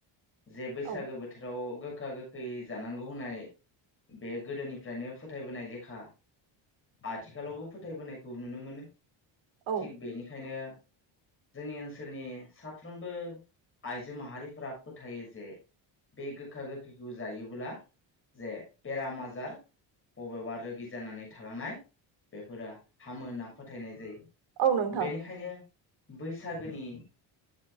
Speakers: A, on the left; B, on the right.
A: जे बैसागो
B: औ
A: बोथोराव गोखा-गो खै जानांगौ होननाय बे गोदोनिफ्रायनो फोथायबोनाय लेखा आथिखालावबो फोथायबोनायखौ नुनो मोनो
B: औ
A: थिग बेनिखायनो जोंनि ओनसोलनि साफ्रोम बो आइजो माहारिफोरा फोथायो जे बे गोखा-गोखैखौ जायोब्ला जे बेराम आजार बबेबा रोगि जानानै थालांनाय बेफोरो हामो होनना फोथायनाय जायो
B: औ नोंथां
A: बेनिखायनो बैसागोनि